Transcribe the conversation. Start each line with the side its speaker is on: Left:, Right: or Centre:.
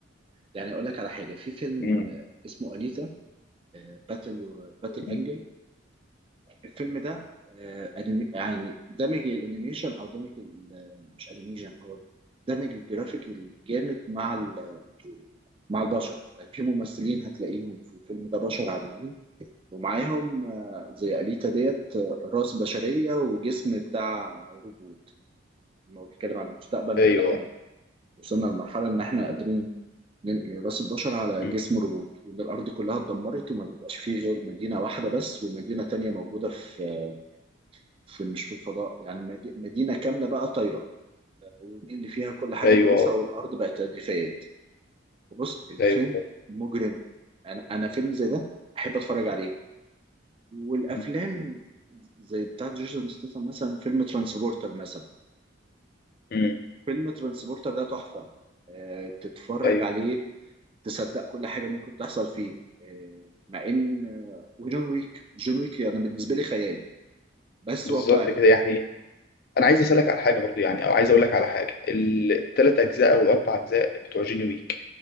Right: يعني أقول لك على حاجة في فيلم
Left: مم.
Right: آه، اسمه أنيتا باتل باتل
Left: مم.
Right: أنجل الفيلم ده آه، أنمي- يعني دمج الانيميشن او دمج ال- مش انيميشن هو دمج الجرافيك الجامد مع ال- مع البشر يعني في ممثلين هتلاقيهم في الفيلم ده بشر عاديين ومعاهم آه، زي أليتا ديت آه، راس بشرية وجسم بتاع روبوت لما هو بيتكلم عن المستقبل
Left: أيوه
Right: احنا وصلنا لمرحلة ان احنا قادرين ننقل راس البشر على
Left: مم.
Right: جسم روبوت وان الارض كلها اتدمرت وما بيبقاش فيه غير مدينة واحدة بس ومدينة تانية موجودة في آه، في مش في الفضاء يعني مدي- مدينة كاملة بقى طايرة ودي اللي فيها كل حاجة
Left: أيوه
Right: كويسة والأرض بقت رغيفات وبص الفيلم
Left: أيوه
Right: مجرم أنا أنا فيلم زي ده أحب أتفرج عليه والأفلام
Left: مم.
Right: زي بتاعت جيسون ستاثام مثلا فيلم ترانسبورتر مثلا
Left: مم.
Right: فيلم ترانسبورتر ده تحفة آه، تتفرج
Left: أيوه
Right: عليه تصدق كل حاجة ممكن تحصل فيه آه، مع إن آه، وجون ويك جون ويك أنا يعني بالنسبة لي خيال بس
Left: بالظبط
Right: واقعي
Left: كده يعني انا عايز اسالك على حاجه برضو يعني او عايز اقول لك على حاجه الثلاث اجزاء او الاربع اجزاء بتوع جيني ويك